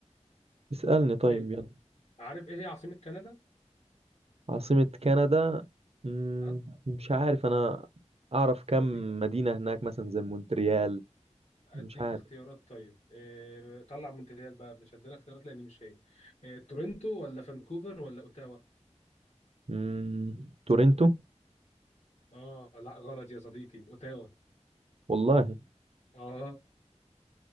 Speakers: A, on the right; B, on the left.
A: اسألني طيب
B: طيب
A: يلا
B: عارف إيه هي عاصمة كندا؟
A: عاصمة كندا مم،
B: ها
A: مش عارف أنا أعرف كم
B: أديك
A: مدينة هناك مثلا زي مونتريال
B: اديك
A: مش عارف
B: اختيارات طيب إيه طلع مونتريال بقى مش هديلك اختيارات لان مش هي إيه تورنتو ولا فانكوفر ولا اوتاوا
A: مم، تورنتو
B: اه لا غلط يا صديقي اوتاوا
A: والله
B: اه